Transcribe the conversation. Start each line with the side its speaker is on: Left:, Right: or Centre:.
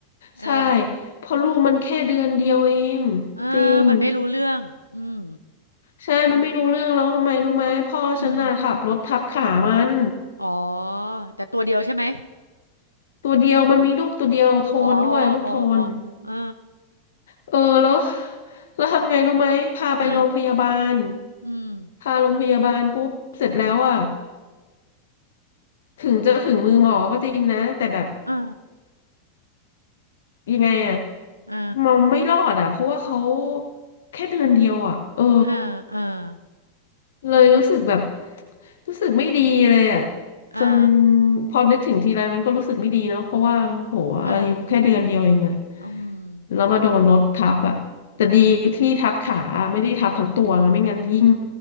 Right: เออ
Left: ใช่ เพราะลูกมันแค่เดือนเดียวเอง
Right: เออ
Left: จริง
Right: มันไม่รู้เรื่อง อืม
Left: ใช่มันไม่รู้เรื่องแล้วทำไมรู้ไหมพ่อฉันน่ะขับรถทับขามัน
Right: อืมอ๋อแต่ตัวเดียวใช่ไหม
Left: ตัวเดียวมันมีลูกตัวเดียวโทนด้วยลูกโทน
Right: อ๋ออออออ๋อเออ
Left: เออแล้วแล้วทำไงรู้ไหมพาไปโรงพยาบาล
Right: เอออืม
Left: พาโรงพยาบาลปุ๊บเสร็จแล้วอ่ะถึงจะถึงมือหมอก็จริงนะแต่แบบ
Right: เออ
Left: ยังไงอ่ะ
Right: เออ
Left: มันไม่รอดอ่ะเพราะว่าเขาแค่เดือนเดียวอ่ะเออ
Right: เออๆ
Left: เลยรู้สึกแบบรู้สึกไม่ดีเลยอ่ะ
Right: อา
Left: จนพอนึกถึงทีไรมันก็รู้สึกไม่ดีเนาะเพราะว่าโหอายุแค่เดือนเดียวเองอ่ะ
Right: เออเออ อืม
Left: แล้วมาโดนรถทับอ่ะแต่ดีที่ทับขาไม่ได้ทับทั้งตัวไงไม่งั้นยิ่ง
Right: อา